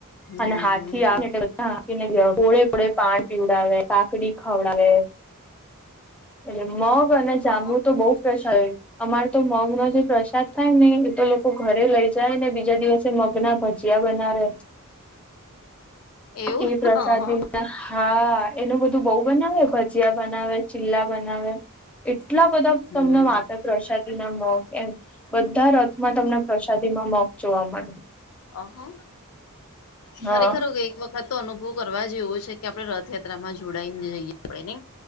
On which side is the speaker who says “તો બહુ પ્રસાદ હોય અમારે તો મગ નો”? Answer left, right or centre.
Centre